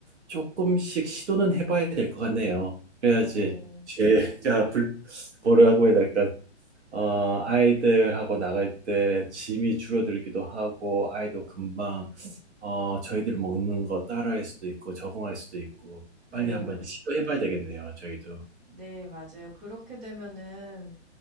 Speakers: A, on the right (about 75°); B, on the right (about 30°).
A: 조금씩 시도는 해봐야 될 것 같네요. 그래야지
B: 네,
A: 제가 불, 뭐라고 해야 될까? 어, 아이들하고 나갈 때 짐이 줄어들기도 하고 아이도 금방 어, 저희들 먹는 거 따라할 수도 있고 적응할 수도 있고
B: 네,
A: 빨리 한번 시도해봐야 되겠네요. 저희도.
B: 네, 맞아요. 그렇게 되면은,